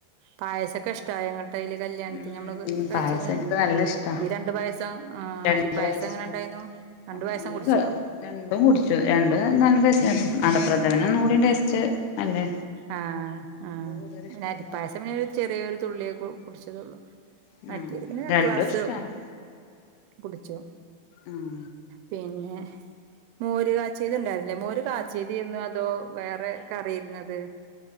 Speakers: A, on the right (about 80°); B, on the left (about 80°).
A: പായസക്കെ ഇഷട്ടായോ ഇന്നിട്ട് അയില് കല്യാണത്തിന്
B: ഉം
A: നമ്മള് കഴിച്ചത്
B: പായസം എനിക്ക് നല്ല ഇഷ്ടാ
A: ഈ രണ്ട് പായസം ആഹ്
B: രണ്ട്
A: അരിപ്പായസം
B: പായസം
A: എങ്ങനെ ഉണ്ടായിരുന്നു? രണ്ടു പായസം
B: നല്ല
A: കുടിച്ചോ?
B: രണ്ടും കുടിച്ചു രണ്ടും നല്ല ടേസ്റ്റ് അടപ്രഥമൻ ഒന്നും കൂടി ടെസ്റ്റ് അല്ലേ?
A: ആഹ് ആഹ്
B: കൂടുതൽ
A: പിന്നെ
B: ഇഷ്ടം
A: അരിപ്പായസം
B: അതാണ്
A: പിന്നെ ഒരു ചെറിയൊരു തുള്ളിയെ കു കുടിച്ചതുള്ളു.
B: ഉം
A: മറ്റേത് പിന്നെ രണ്ട്
B: രണ്ടും
A: ഗ്ലാസ്
B: ഇഷ്ടാണ്
A: കുടിച്ചു.
B: ഉം
A: പിന്നെ മോര് കാചിയത് ഉണ്ടായിരുന്നില്ലേ മോര് കാചിയതായിരുന്നോ അതോ വേറെ കറിയിരുന്നത്